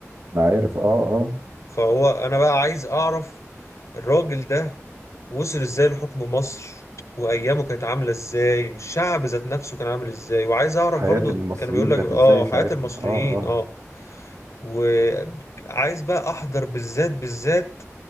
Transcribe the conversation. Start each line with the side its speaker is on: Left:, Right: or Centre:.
Right: انا عارف اه اه
Left: فهو انا بقى عايز اعرف الراجل ده وصل ازاي لحكم مصر وايامه كانت عامله ازاي والشعب ذات نفسه كان عامل ازاي وعايز اعرف
Right: حياه
Left: برضو
Right: المصريين
Left: كانوا بيقول لك
Right: كانت
Left: اه
Right: ازاي ساعتها
Left: حياة المصريين
Right: اه اه
Left: اه وعايز بقى احضر بالذات بالذات